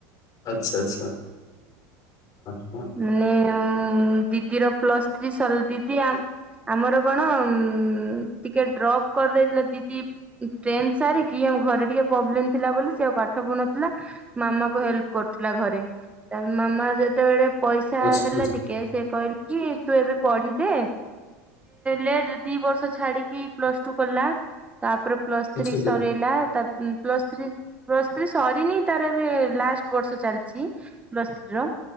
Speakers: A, on the left; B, on the right.
A: ଆଚ୍ଛା ଆଚ୍ଛା ହ।
B: ମାନେ ଦିଦିର ପ୍ଲସ୍ ଥ୍ରୀ ସରିଲ ଦିଦି ଆ ଆମର କଣ ଉ ଟିକେ ଡ୍ରପ୍ କରିଦେଇଥିଲା ଦିଦି ଟ୍ରେନ ସାରିକି ମ ଘରେ ଟିକେ ପ୍ରୋବ୍ଲେମ ଥିଲା ବୋଲି ସେ ଆଉ ପାଠ ପଢୁଥିଲା ମାମା କୁ ହେଲ୍ପ କରୁଥିଲା ଘରେ ତା ମାମା ଯେତେବେଳେ ପଇସା
A: ଆଚ୍ଛା
B: ହେଲା
A: ଆଚ୍ଛା
B: ଟିକେ ସେଏ କହିଲା କି ତୁ ଏବେ ପଢିସେ ଲେଟ ରେ ଦି ବର୍ଷ ଛାଡିକି ପ୍ଲସ ଟୁ ପଡଲା ତାପରେ ପ୍ଲସ୍ ଥ୍ରୀ
A: ଆଚ୍ଛା
B: ସରାଇଲା ତା ପ ମ ମ ପ୍ଲସ ସ୍ତ୍ରୀ ପ୍ଲସ ଥ୍ରୀ ସରିନି ତାର ଏବେ ଲାଷ୍ଟ ବର୍ଷ ଚାଲିଛି ପ୍ଲସ ଥ୍ରୀ ର